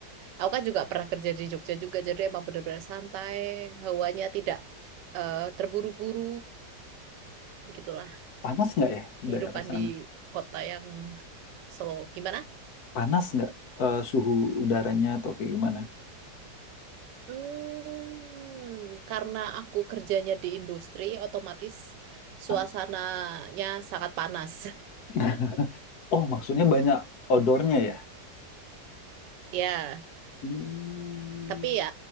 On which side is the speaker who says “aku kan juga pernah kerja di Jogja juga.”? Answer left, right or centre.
Right